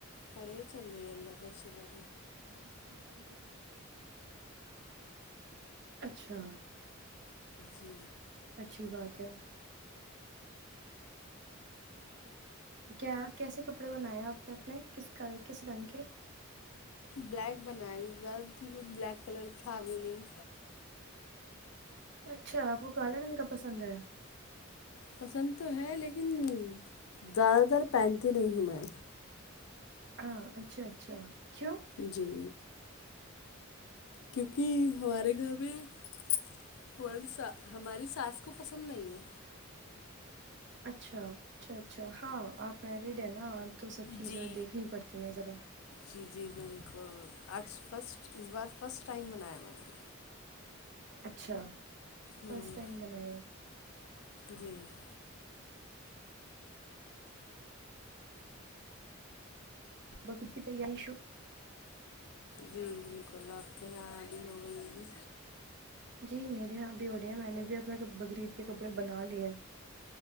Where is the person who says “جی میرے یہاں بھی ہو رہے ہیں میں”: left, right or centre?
Right